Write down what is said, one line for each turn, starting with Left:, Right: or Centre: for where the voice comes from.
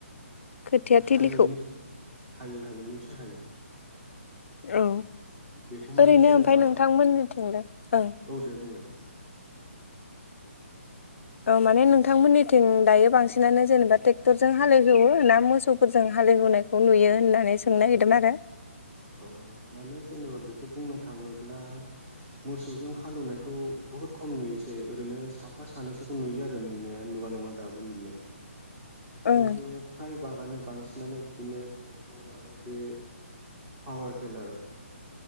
Left: खोथिया थिलिखौ
Right: हायो नि हायो हायो नितसय हायो।
Left: औ
Right: बेखौ माने
Left: ओरैनो
Right: जेनेबा
Left: ओमफ्राय नोंथांमोननिथिंलाय ओं
Right: औ दे बुंलाय
Left: औ माने नोंथांमोननिथिं दायो बांसिनानो जेनेबा ट्रेक्टरजों हालेवहेवो ना मोसौफोरजों हालेवहेवनायखौ नुयो होननानै सोंनो नागिरदोंमोन आरो
Right: औ माने जेनेबा बेखौ बुंनो थाङोब्ला मोसौजों हालौवनायखौ बहुद खम नुयोसै ओरैनो साफा सानैसोखौ नुयो आरो नुनाया नुवा नङा दाबो नुयो।
Left: ओं
Right: किनथु बागानो बांसिनानो बिदिनो ट्रेक्टर आरो बे पावार टिलार